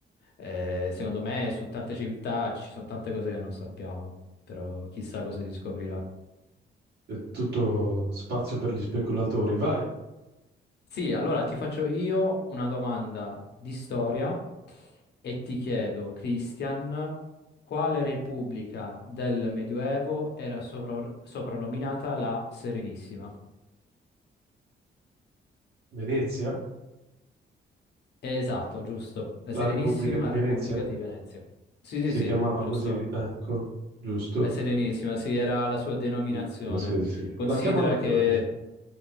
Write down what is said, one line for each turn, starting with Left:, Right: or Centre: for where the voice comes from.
Left: eh, secondo
Right: Eh,
Left: me su tante civiltà ci sono tante cose che non sappiamo però chissà cosa si scoprirà.
Right: eh, Tutto spazio per gli speculatori. Vai,
Left: Sì, allora ti faccio io una domanda di storia e ti chiedo, Christian, quale repubblica del Medioevo era sovra- soprannominata la Serenissima?
Right: Venezia,
Left: Eh, Esatto, giusto. La
Right: la
Left: Serenissima
Right: Repubblica di Venezia
Left: Repubblica di Venezia. Sì, sì,
Right: si
Left: sì,
Right: chiamava
Left: giusto.
Right: così, ecco, giusto?
Left: La Serenissima, sì, era la sua denominazione.
Right: Benissimo, sì, sì.
Left: Considera
Right: La chiamano ancora
Left: che
Right: così.